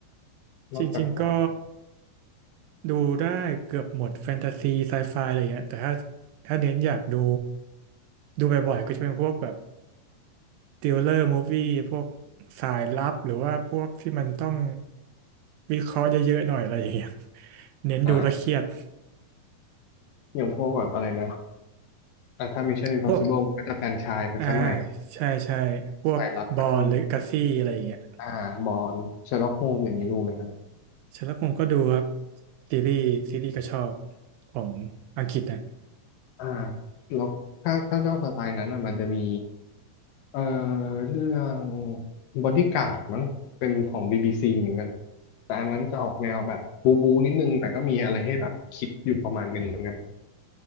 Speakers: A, on the right; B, on the left.
A: <laughs>
B: นอกจากตัวท
A: จริงๆก็ ดูได้เกือบหมดแฟนตาซีไซไฟอะไรอย่างเงี้ยแต่ถ้าถ้าเน้นอยากดูดูบ่อยๆก็จะเป็นพวกแบบติวเลอร์มูฟวี่พวกสายลับหรือว่าพวกที่มันต้องวิเคราะห์เยอะๆหน่อยอะไรอย่างเงี้ย <laughs> เน้นดูแล้วเครียด
B: ำอ่าอย่างพวกแบบอะไรนะอ่ะถ้า Mission Impossible
A: พวก
B: มันก็จะแฟรนไชส์ไปซะหน่อย
A: อ่าใช่ใช่พวกบอลหรือกัซซี่อะไรอย่างเงี้ย
B: สายลับก็จะมี อ่ามอนเชอร์ล็อกโฮมอย่างนี้ดูไหมครับ
A: ฉันแล้วผมก็ดูครับซีรีส์ซีรีส์ก็ชอบของอังกฤษนะ
B: อ่าแล้วถ้าถ้าชอบสไตล์นั้นอ่ะมันจะมีเอ่อเรื่องบอดี้การ์ดมั้งเป็นของ BBC เหมือนกันแต่อันนั้นจะออกแนวแบบบูบูนิดนึงแต่ก็มีอะไรให้แบบคิดอยู่ประมาณหนึ่งเหมือนกัน